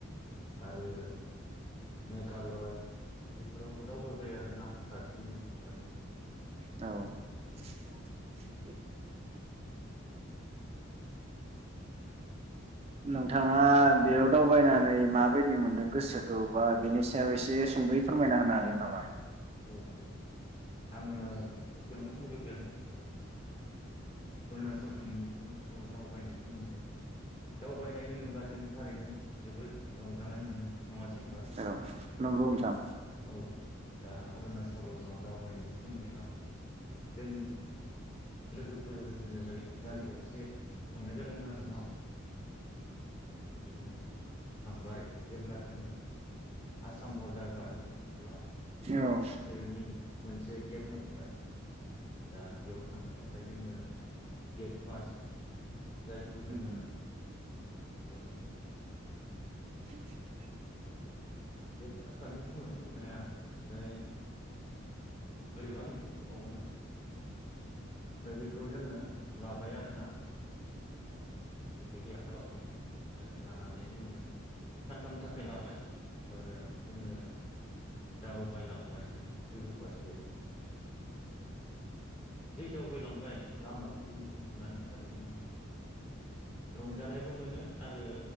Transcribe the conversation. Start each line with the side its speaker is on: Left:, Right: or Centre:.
Left: आरो मेघालय बेफोराव दावबायफायो आरो ना कारत जाबै
Right: औ। <inaudible> नोंथाङा बेयाव दावबायनानै माबायदि मोनदों गोसोखौ बा बेनि सायाव एसे सुंद'यै फोरमायना होनो हागोन नामा?
Left: औ औ औ आङो एसेयावनो बुंग्रोगोन ओ अरुणाचलनि अरुणाचलाव दावबायनाय सोमोन्दै दावबायनाय होनोब्ला जों थारैनो जोबोद रंजानाय मोनो नङासै होनबा
Right: औ नंगौ नोंथां
Left: औ औ दा अरुणाचलाव दावबायनायनि सोमोन्दै आं बुंनि जों लोगो फोर <unintelligible> गारि गंसे थांनाय जादोंमोन आरो ना औ बिदिनो थांबाय जेब्ला जोङो आसाम बरदार बारो अब्ला
Right: औ
Left: बिसोरनि मोनसे गेट मोनबाय दा बेयाव थांनो थाखाय ओ गेट पास जायखौ जोङो
Right: उम <inaudible>
Left: <unintelligible>
Right: <unintelligible>
Left: गेट पास जानो बुङो। बुंनाया फ्राय <inaudible> बोरैबा मोनसे बुंबावोमोन आं बावबाय दा आमफ्राय बेखौ जोङो लाबाय आरोना। <unintelligible> लानानै जोङो सानथामनि थाखाय लाबाय। आरो जोङो दाव बायलांबाय गोजौ फारसे <inaudible> जै दावबायलांबाय लामाखौ नुनानै थारैनो रंजानायबो मोनो। आरो